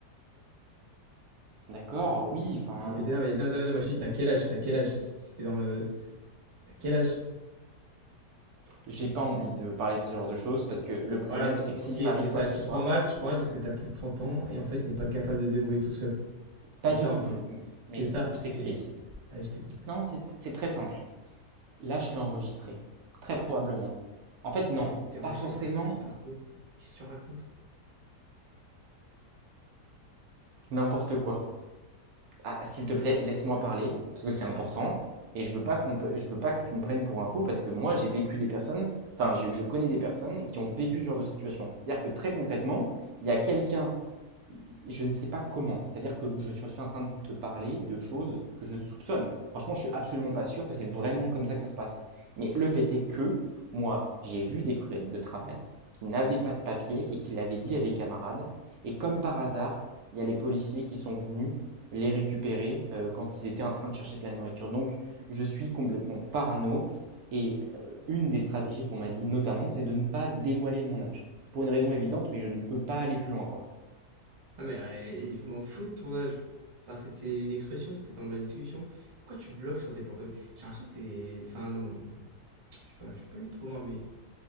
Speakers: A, on the right (about 70°); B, on the right (about 35°).
A: D'accord, oui, enfin,
B: Non, mais, non, mais, non, mais, non, mais, non, moi, je te dis, t'as quel âge? T'as quel âge? C'était c'était dans ma, t'as quel âge?
A: j'ai pas envie de parler de ce genre de choses parce que le problème,
B: Voilà, bon,
A: c'est que
B: ok,
A: s'il m'arrive
B: c'est
A: quoi
B: ça.
A: que
B: Tu
A: ce soit,
B: prends mal, tu prends mal parce que t'as plus de 30 ans et en fait, t'es pas capable de te débrouiller tout seul. C'est
A: pas
B: ça,
A: du tout.
B: en fait. C'est
A: Mais
B: ça.
A: je t'explique.
B: Et c'est- Allez, je t'écoute.
A: Non, c'est c'est très simple. Là, je suis enregistré. Très probablement. En fait, non,
B: T'es t'es enregistré
A: pas forcément
B: par qui, par quoi? Qu'est-ce que tu racontes?
A: n'importe quoi. Ah, s'il te plaît, laisse-moi parler parce que c'est
B: Mais
A: important.
B: j'ai-
A: Et je veux pas qu'on, je veux pas que tu me prennes pour un fou parce que moi, j'ai vécu des personnes. Enfin, je, je connais des personnes qui ont vécu ce genre de situation. C'est-à-dire que très concrètement,
B: Hmm.
A: il y a quelqu'un je ne sais pas comment. C'est-à-dire que je, je suis en train de te parler de choses que je soupçonne. Franchement, je suis absolument pas sûr que c'est vraiment comme ça que ça se passe. Mais le fait est que moi, j'ai vu des collègues de travail qui n'avaient pas de papier et qui l'avaient dit à des camarades. Et comme par hasard, il y a les policiers qui sont venus les récupérer euh, quand ils étaient en train de chercher de la nourriture. Donc, je suis complètement parano. Et euh, une des stratégies qu'on m'a dit notamment, c'est de ne pas dévoiler mon âge. Pour une raison évidente, mais je ne peux pas aller plus loin. Quoi.
B: Ah mais eh, je m'en fous de ton âge. Enfin, c'était une expression, c'était dans ma discussion. Pourquoi tu bloques sur des points comme ça? J'ai l'impression que t'es... Enfin, non, non, je suis pas, je suis pas allé trop loin, mais...